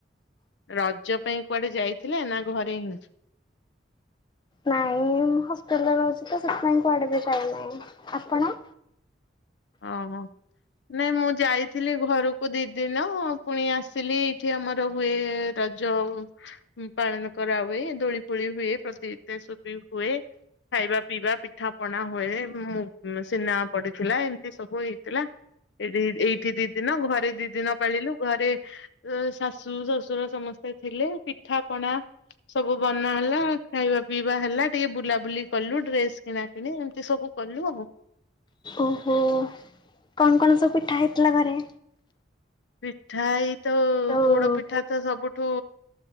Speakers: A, on the left; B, on the left.
A: ରଜ ପାଇଁ କୁଆଡେ ଯାଇଥିଲେ ନା ଘରେ ହିଁ?
B: ନାଇଁ ମୁଁ ହଷ୍ଟେଲରେ ରହୁଚି ତ ସେଥିପାଇଁ କୁଆଡେ ବି ଯାଇନାହିଁ। ଆପଣ?
A: ଅଁ ହଁ। ନାଇଁ ମୁଁ ଯାଇଥିଲି ଘରୁକୁ ଦି ଦିନ ପୁଣି ଆସିଲି ଏଇଠି ଆମର ହୁଏ ରଜ ପାଳନ କରାହୁଏ ଦୋଳି ଫୋଳି ହୁଏ ପ୍ରତି ଇତାସ ବି ହୁଏ। ଖାଇବା ପିଇବା ପିଠା ପଣା ହୁଏ ଉଁ ସିନେମା ପଡ଼ିଥିଲା ଏ ଏ ସବୁ ହେଇଥିଲା ଏଇଠି ଏଇଠି ଦି ଦିନ ଘରେ ଦି ଦିନ ପାଳିଲୁ ଘରେ ଉ ଶାଶୁ ଶଶୁର ସମସ୍ତେ ଥିଲେ ପିଠା ପଣା ସବୁ ବନା ହେଲା ଖାଇବା ପିଇବା ହେଲା ଟିକେ ବୁଲାବୁଲି କଲୁ ଡ୍ରେସ୍ କିଣା କିଣି ଏମିତି ସବୁ କଲୁ ଆଉ।
B: ଓହୋ କଣ କଣ ସବୁ ପିଠା ହେଇଥିଲା ଘରେ?
A: ପିଠା ଏ ତ
B: ଯୋଉ
A: ପୋଡ଼ପିଠା ତ ସବୁଠୁ